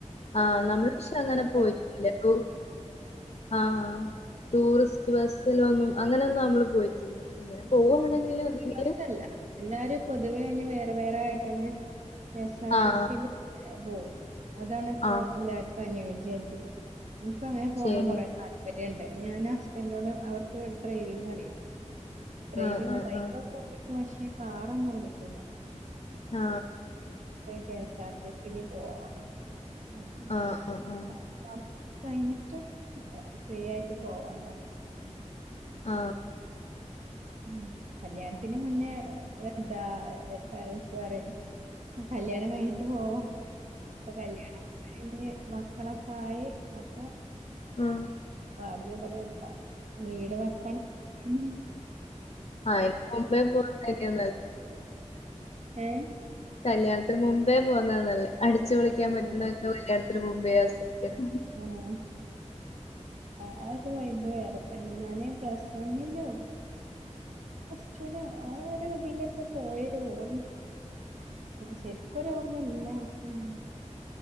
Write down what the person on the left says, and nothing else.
ആ നമ്മള് പക്ഷെ അങ്ങനെ
പോയിട്ടല്ലേ
ടൂ ആ ടൂറിസ്റ്റ് ബസിലൊന്നും അങ്ങനെയൊന്നും നമ്മള് പോയിട്ടില്ല
ഇങ്ങനെ പോവുവാണെങ്കില് ഒന്നെങ്കില്
ആഹ്
ആഹ്
ശരി
ആഹ് ആഹ്
ആ
ആ ആ ആ
ആ
ആ
ആ ഇ മുമ്പേ പോകുന്നക്കെയന്നല്ല
കല്യാണത്തിന് മുമ്പേ പോന്നതന്നല്ലേ അടിച്ചു പൊളിക്കാൻ
പറ്റണൊക്കെ കല്യാണത്തിന് മുമ്പേ ആസ്വതിക്കാം